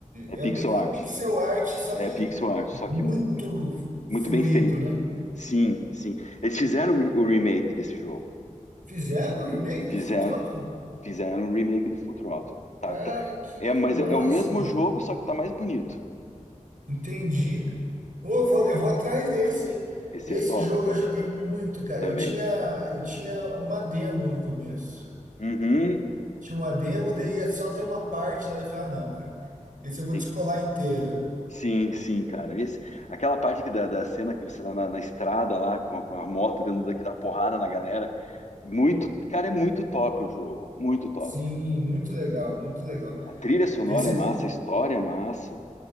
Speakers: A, on the left; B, on the right.
A: É
B: é
A: pixel
B: meio que uma
A: art.
B: pixel art, só
A: É
B: que
A: pixel art, só que
B: muito
A: muito
B: fluido,
A: bem feito.
B: né?
A: Sim, sim. Eles fizeram o remake desse jogo.
B: Fizeram o remake
A: Fizeram,
B: do Full Throttle?
A: fizeram o remake do Full Throttle. Tá,
B: Cara,
A: tá-
B: que
A: É, mas
B: massa,
A: é, é o mesmo
B: velho.
A: jogo, só que tá mais bonito.
B: Entendi. Ô, Eu vou, eu vou atrás desse, hein?
A: Esse
B: Esse
A: é top,
B: jogo
A: cara.
B: eu joguei muito, cara.
A: Também.
B: Eu tinha, eu tinha uma demo no começo.
A: Uhum.
B: Tinha uma demo, daí ia só ter uma parte lá, e eu falei, ah, não, cara. Esse eu vou
A: Tem
B: descolar
A: que-
B: inteiro.
A: Sim, sim, cara. Esse, aquela parte que da, da cena que você tá na, na estrada lá com a, com a moto dentro daqui da porrada na galera. Muito, cara, é muito top o jogo, muito top.
B: Sim, muito legal, muito legal.
A: A trilha sonora
B: Esse,
A: é massa, a história é massa.